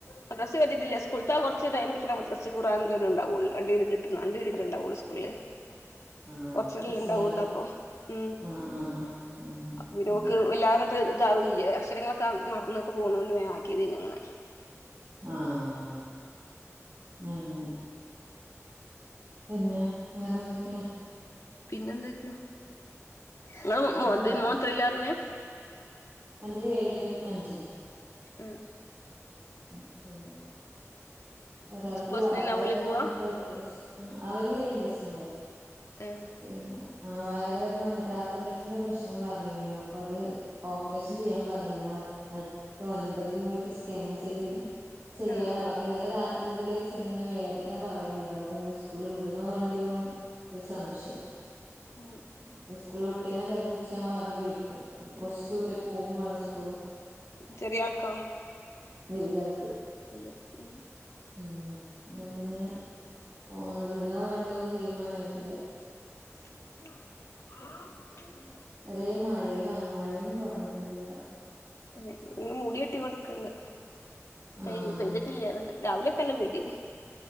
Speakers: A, on the left; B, on the right.
A: മദ്രസ്സ് ചേർത്തിട്ടില്ല സ്കൂള്ത്താ കൊറച്ച് ടൈമ് കിട്ട്ണ് മദ്രസ്സ് ഖുർആനും ഇതന്നെ ഇണ്ടാവൊള്ളൂ. രണ്ട് പിരീഡ് ഇട്ത്ത്ന്നൊ രണ്ട് പിരീഡില്ലെ ഇണ്ടാവോള്ളൂ സ്കൂള്ല്
B: <inaudible>
A: കൊറ്ച്ചെല്ലേ
B: ഇസ്ലാമിക്
A: ഇണ്ടാവോള്ളൂ അപ്പൊ ഉം
B: ആഹ് ആഹ് ആഹ് ആഹ്
A: അപ്പോ പിന്നെ
B: ഉം
A: ഓള്ക്ക് വെ ല്ലാന്ന്ട്ട് ഇതാവ്ണല്ലേ. അക്ഷരങ്ങളൊക്കാ മറ്ന്നൊക്കെ പോണോണ്ട് വേം ആക്കിയത്തേനു അങ്ങനെ
B: ആഹ് ഉം പിന്നെ വേറെ എന്തൊക്കെയാ?
A: പിന്നെ എന്തൊക്കെയാ? ഇങ്ങളെ മോ മോന്റെ
B: അപ്പ
A: മോൻ എത്രല്ലാർഞ്ഞേ
B: അന്റത് ഏഴിലും അഞ്ചിലും
A: ആഹ്
B: ഉം ഇണ്ട് ഒരാൾക്ക്
A: സ്കൂൾ ബസ്സിനന്നെ
B: വയറ്
A: ആവൂലേ
B: വേദന
A: പോവാ
B: വന്ന്ട്ട് കൊറ്ച്ച് ഉം അവര് ലൈൻ ബസ്സിനാ പോവാ
A: ഏഹ്
B: പിന്നെ ആഹ് വയറുവേദന വന്ന്ട്ട് അപ്പൻഡിക്സിന്റെ പ്രശ്നം പറ്ഞ്ഞത്തേനു അപ്പൊ അത് ഓപ്പറേഷൻ ചെയ്യാൻ പറഞ്ഞ്നാ അട്ത്ത ഒൻപതിന് പോയിട്ട് സ്കാൻ ചെയ്തിട്ട് ചെയ്യാനാ
A: ആഹ് ആഹ്
B: പറ്ഞ്ഞേ അപ്പെ ഇന്നലെ രാ ത്രി മുതലേ ചെറ്ങ്ങനെ വേദന പറയ്ന്ന്ണ്ട് അത് പിന്നെ സ്കൂള്ല് വിടണോ വേണ്ടിയോന്ന് ഒര് സംശയം
A: ഉം
B: ഇപ്പ സ്കൂള് വിട്ടയ്ഞ്ഞാ ചെലപ്പോ ഉച്ചയാവുമ്പം ആര്ക്കേ വിളിക്കും. കൊറച്ച് ദൂരെ പോവുമാണം സ്കൂള്
A: ചെറിയാക്കോ?
B: വല്യ ആൾക്ക്
A: വെല്ല്യേ ഉം
B: ഉം അതോണ്ട്ങ്ങനെ പോണ് വിടണോ വേണ്ടിയോന്ന് തീരുമാനായിട്ടില്ല
A: <unintelligible>
B: ഒരേ മഴയും ആന്ന് മഴയും കൊറഞ്ഞിട്ടില്ലാ ഇവടെ
A: <unintelligible> മൂടികെട്ടിങ്ങോണ്ട് നിക്ക്ണ്ട്
B: ആഹ്
A: പെയ് പെയ്തിട്ടില്ലാങ്ങണ്ട് രാവിലെ ഒക്കെല്ലാം <unintelligible>